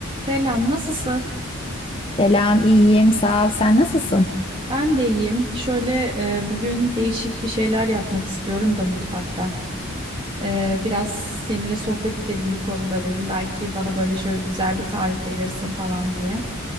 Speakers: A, on the right; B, on the left.
A: Selam, nasılsın?
B: Selam, iyiyim, sağ ol. Sen nasılsın?
A: Ben de iyiyim. Şöyle e, bugün değişik bir şeyler yapmak istiyorum da mutfakta. E, biraz seninle sohbet edelim bu konuda dedim. Belki bana böyle şöyle güzel bir tarif verirsin falan diye.